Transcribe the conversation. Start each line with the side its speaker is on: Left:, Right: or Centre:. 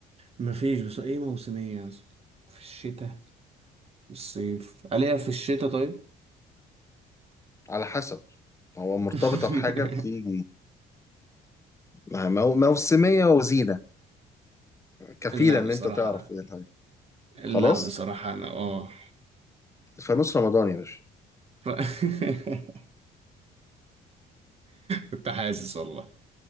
Right: مفيش بس إيه موسمية مثلا في الشتاء في الصيف ألاقيها في الشتاء طيب
Left: على حسب هو مرتبطه
Right: <laughs>
Left: بحاجه في مع- مو- موسميه وزينه كفيله
Right: لا
Left: ان
Right: بصراحة
Left: انت تعرف ايه الحاجه
Right: لا
Left: خلاص
Right: بصراحة أنا آه
Left: فانوس رمضان يا باشا
Right: ف... <laughs> كنت حاسس والله